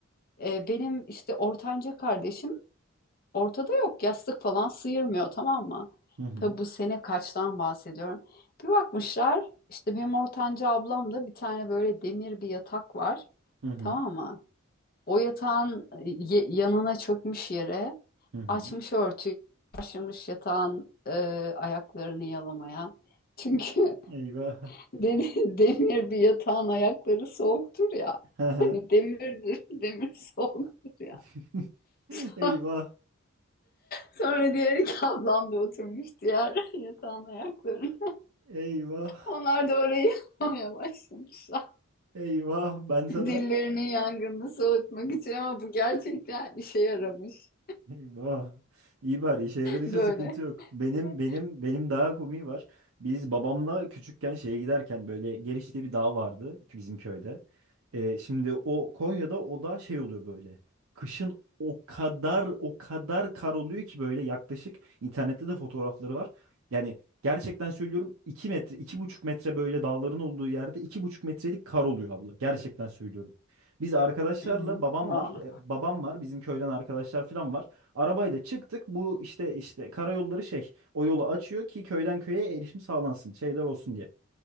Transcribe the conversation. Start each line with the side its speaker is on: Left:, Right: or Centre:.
Left: E, benim işte ortanca kardeşim ortada yok. Yastık falan sıyırmıyor tamam mı?
Right: Hı hı.
Left: Tabi bu sene kaçtan bahsediyorum. Bir bakmışlar işte benim ortanca ablamda bir tane böyle demir bir yatak var.
Right: Hı hı.
Left: Tamam mı? O yatağın ye- yanına çökmüş yere
Right: Hı hı.
Left: açmış örtüyü başlamış yatağın e, ayaklarını yalamaya. Çünkü
Right: Eyvah.
Left: <laughs> den- demir bir yatağın ayakları soğuktur ya.
Right: Hı hı.
Left: Hani demirdir, <laughs> demir soğuktur ya.
Right: <laughs>
Left: <laughs>
Right: Eyvah.
Left: Sonra diğer iki ablam da oturmuş diğer <laughs> yatağın ayaklarına.
Right: Eyvah.
Left: Onlar da orayı <laughs> yıkamaya başlamışlar.
Right: Eyvah. Ben sana
Left: Dillerinin yangınını soğutmak için ama bu gerçekten işe yaramış.
Right: Eyvah. İyi bari işe yaradıysa
Left: Böyle.
Right: sıkıntı yok. Benim
Left: Hı
Right: benim benim daha komiği var. Biz babamla küçükken şeye giderken böyle Geriş diye bir dağ vardı ki bizim köyde. Ee, şimdi o Konya'da o da şey oluyor böyle. Kışın o kadar o kadar kar oluyor ki böyle yaklaşık internette de fotoğrafları var. Yani gerçekten söylüyorum 2 metre iki buçuk metre böyle dağların olduğu yerde iki buçuk metrelik kar oluyor abla. Gerçekten söylüyorum. Biz arkadaşlarla
Left: hı.
Right: babam
Left: Vay.
Right: var. e, Babam var. Bizim köyden arkadaşlar falan var. Arabayla çıktık. Bu işte işte karayolları şey o yolu açıyor ki köyden köye erişim sağlansın şeyler olsun diye.